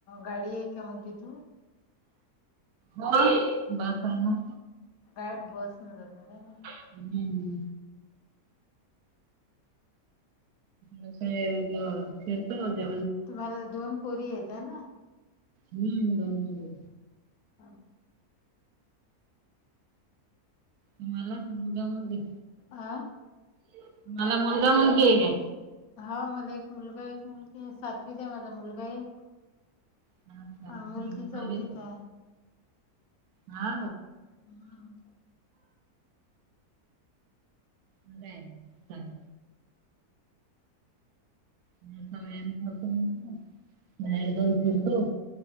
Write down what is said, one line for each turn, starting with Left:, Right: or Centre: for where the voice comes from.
Left: गाडी आहे का मग तिथून.
Right: हो बस आहे ना.
Left: ग बसन जाते काय नाही.
Right: हम्म. कसाय फिरतय म्हणजे.
Left: तुम्हाला दोन पुरी येत आहे ना.
Right: हम् दोन मुली
Left: हम.
Right: तुम्हाला मुलगा मुलगे
Left: हा.
Right: तुम्हाला मुलगा मुलगी आहे का.
Left: हा मला एक मुलगा एक मुलगी सातवी आहे माझा मुलगा एक
Right: हा कालच
Left: आणि मुलगी चौथीत आहे.
Right: हा.
Left: हम्म
Right: अरे चल. आमचा व्यायाम करतो मग बाहेर जाऊन फिरतो.